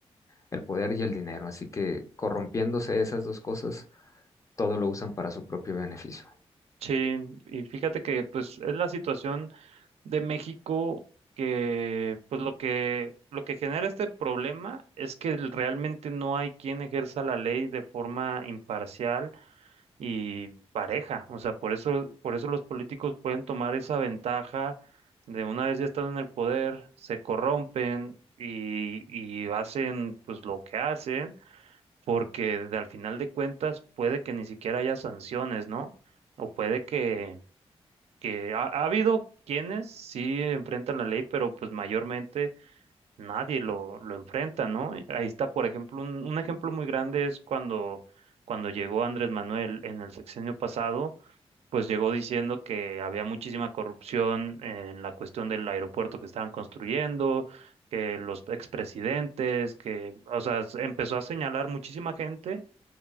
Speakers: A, on the left; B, on the right.
A: el poder y el dinero. Así que corrompiéndose esas dos cosas todo lo usan para su propio beneficio.
B: Sí, y fíjate que pues es la situación de México que pues lo que lo que genera este problema es que realmente no hay quien ejerza la ley de forma imparcial y pareja. O sea, por eso, por eso los políticos pueden tomar esa ventaja de una vez ya están en el poder, se corrompen y, y hacen pues lo que hacen, porque de- al final de cuentas puede que ni siquiera haya sanciones, ¿no? O puede que, que ha, ha habido quienes sí enfrentan la ley, pero pues mayormente nadie lo, lo enfrenta, ¿no? Ahí está, por ejemplo, un, un ejemplo muy grande es cuando, cuando llegó Andrés Manuel en el sexenio pasado pues llegó diciendo que había muchísima corrupción en la cuestión del aeropuerto que estaban construyendo, que los expresidentes, que, o sea, s- empezó a señalar muchísima gente